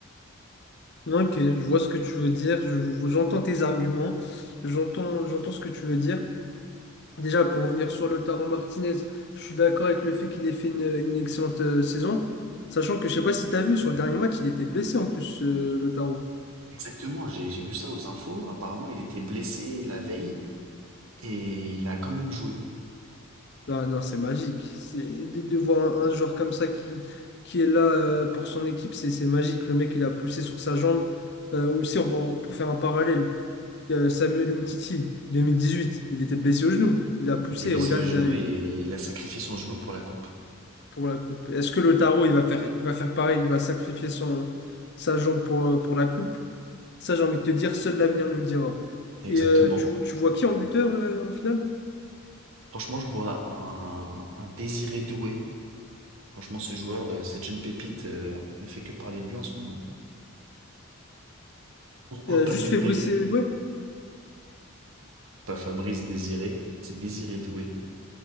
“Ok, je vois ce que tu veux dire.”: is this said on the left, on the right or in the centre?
Left